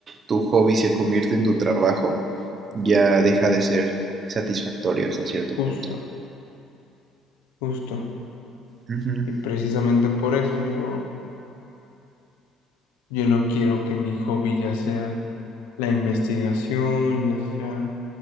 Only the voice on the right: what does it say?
tu hobby se convierte en tu trabajo, ya deja de ser satisfactorio hasta cierto
punto.
Ujú.